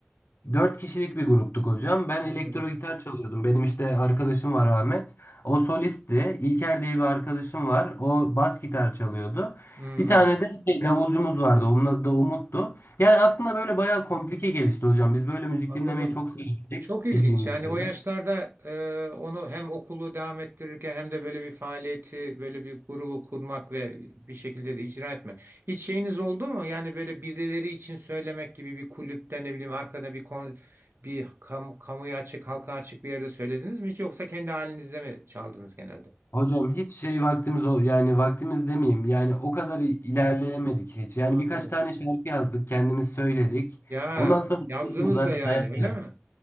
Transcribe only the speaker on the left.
Dört kişilik bir gruptuk hocam. Ben
elektro gitar çalıyordum. Benim işte arkadaşım var Ahmet. O solistti. İlker diye bir arkadaşım var. O bas gitar çalıyordu.
Bir tane de şey, davulcumuz vardı. Onun adı da Umut'tu. Yani aslında böyle bayağı komplike gelişti hocam. Biz böyle müzik
dinlemeyi çok sevdik
bildiğiniz
üzere.
Hocam hiç şey vaktimiz ol yani vaktimiz demeyeyim yani o kadar i- ilerleyemedik hiç. Yani
birkaç tane şarkı yazdık kendimiz söyledik.
Ondan sonra biliyorsunuz
zaten
hayat
biraz.